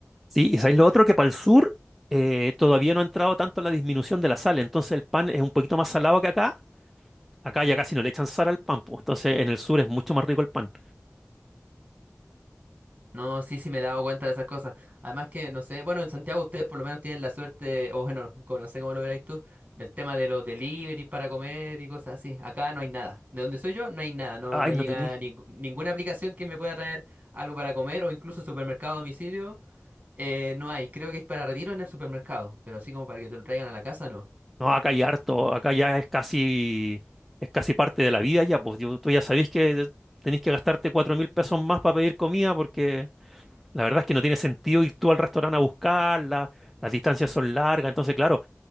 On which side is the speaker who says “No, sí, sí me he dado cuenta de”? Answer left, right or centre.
Right